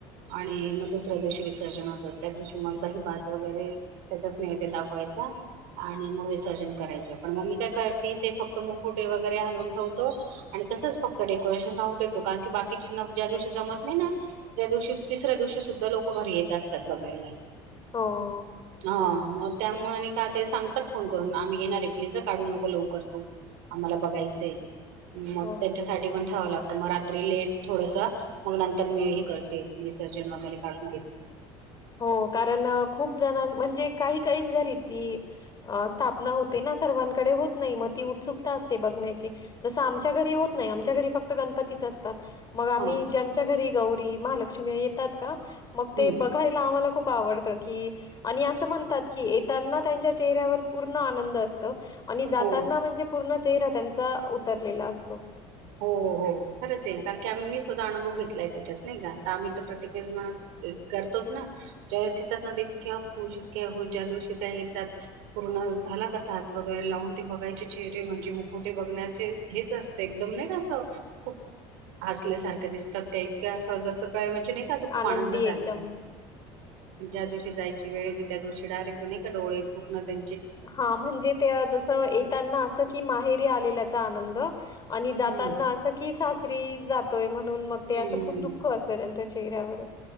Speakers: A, on the right; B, on the left.
A: आणि मग दुसऱ्या दिवशी विसर्जन होतं. त्या दिवशी मग दहीभात वगैरे त्याचाचं नैवेत दाखवायचा. आणि मग विसर्जन करायचं पण म मी काय करते ते फक्त मुकुटे वगैरे हलवून ठेवतो. आणि तसंच फक्त डेकोरेशन राहु देतो. कारण की बाकीची ज्या दिवशी जमत नाही ना त्या दिवशी तिसऱ्या दिवशी सुद्धा लोकं घरी येत असतात बघायला.
B: हो हो
A: हा मग त्यामुळे आणि का ते सांगतात फोन करून आम्ही घेणार प्लीज ह काढू नको लवकर तू आम्हाला बघायचंय. मग
B: हो, हो.
A: त्यांच्यासाठी पण ठेवावं लाग म रात्री लेट थोडंस मग नंतर मी हे करते विसर्जन वगैरे काढून घेते.
B: हो कारण खूप जण म्हणजे काही काहीच घरी ती स्थापना होते ना सर्वांकडे होत नाही मग ती उत्सुकता असते बघण्याची जसं आमच्या घरी होत नाही आमच्या घरी फक्त गणपतीच असतात. मग आम्ही
A: हा
B: ज्यांच्या घरी गौरी महालक्ष्म्या येतात का? मग ते
A: हं,
B: ब मला खूप आवडत की आणि असं म्हणतात की येताना त्यांच्या चेहऱ्यावर पूर्ण आनंद असतं. आणि जाताना
A: हो,
B: म्हणजे पूर्ण चेहरा त्यांचा उतरलेला असतो.
A: हो हो हो खरंच आहे कारण की आम्ही मी स्वतः अनुभव घेतलाय त्याच्यात नाही का आता आम्ही तर प्रत्येक वेळेस म्हणत करतोच ना ज्यावेेळेस येतात ना इतक्या खुश इतक्या खुश ज्या दिवशी त्या येतात पूर्ण झाला का साज वगैरे लावून ते बघायचे चेहरे म्हणजे मुखोटे बघण्याचे हेच असते एकदम नाही असं खूप हसल्यासारखं दिसतात त्या इतक्या असं जसं काय म्हण जे नाही का असं खूप
B: आनंदी
A: आनंद झाल्यासा
B: एकदम
A: ज्या दिवशी जायची वेळ येते त्या दिवशी डायरेक्ट नाही का डोळे पूर्ण त्या
B: हा म्हणजे ते जसं येताना असं की माहेरी आलेल्याचा आनंद <inaudible> आणि जाताना
A: हं,
B: असं की सासरी जातोय म्हणून मग ते
A: हं.
B: असं खूप दुःख असतंय त्यांच चेहऱ्यावर